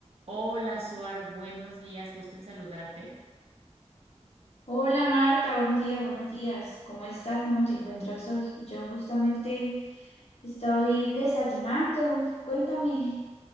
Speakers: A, on the right; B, on the left.
A: Hola, Suar, buenos días, gusto en saludarte.
B: Hola Marta, buenos días, buenos días. ¿Cómo estás? ¿Cómo te encuentras hoy? Y Yo justamente estoy desayunando. Cuéntame.